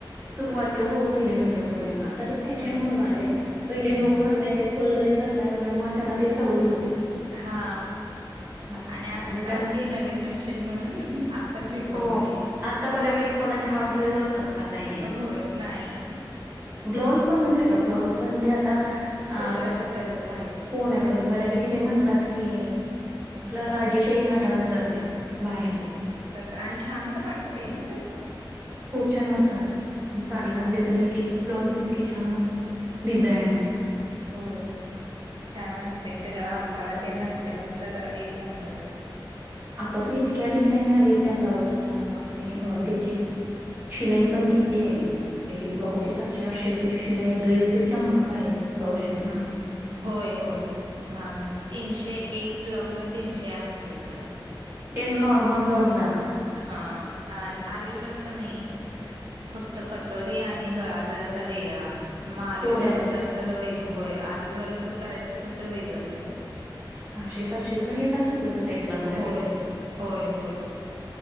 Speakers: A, on the right; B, on the right.
A: सुरुवातीला हो पहिले पहिले
B: होय
A: होते आता ते फॅशन
B: पहिलं
A: म्हणून आले पहिले
B: हम्म
A: लोक नाय ते फुल ड्रेस असाल्यामुळे त्यांना ते सवयी होत्या.
B: हा.
A: आ-
B: आणि आता
A: त्यांना
B: ते नवीन फॅशन म्हणून आता त्रिफोथ
A: हो.
B: बाही.
A: आता बर्यापैकी कोणाचे हाफ ड्रेस असतात का नाहीये.
B: होय नाही.
A: ब्लाऊज पण बघितलेय का ब्लाऊज पण ते आता अ,
B: कोपऱ्यापत्तरच
A: कोण्यापर्यंत बर्यापैकी ते म्हणतात की
B: हम्म
A: आपला राजेशाही थाटानुसार ते बाहे असतात.
B: तसं आणि छान पण वाटते नाही तसं.
A: खूप छान वाटतात साडीमध्ये
B: छान
A: तर एक एक ब्लाऊज इतके छान डिझाईन
B: हम्म होय छान वाटते आणि त्याच्यावर आंबाडा तेन घातल्यावर तर एक नंबरच.
A: आता तर इतक्या डिझाईन आले त्या ब्लाउजच्या बाप रे आणि
B: होय
A: त्याची शिलाई पण
B: ह
A: किती आहे एक एक ब्लाउज
B: होय
A: ची सत चारशे रुपयाेची शिलाई आहेड्रेस पेक्षा महागा ब्लाउज शि
B: हम्म होय होय महाग आहे तीनशे एक ब्लाउजला तीनशे आहे आमच्या इकडं.
A: ते नॉर्मल ब्लाउज ला.
B: हा अ अरवी वर्क नाही फक्त कटोरी आणि गळा जरासा वेगळा. मग आर्वी
A: तेवढ्यालाच
B: वर्कला तर व होय आर्वी करायचं असलं तर वेगळं प्राईज.
A: सहाशे सातशे रुपये घेतात हीकडच्या साईडला
B: होय
A: बऱर्यापैकी.
B: होय होय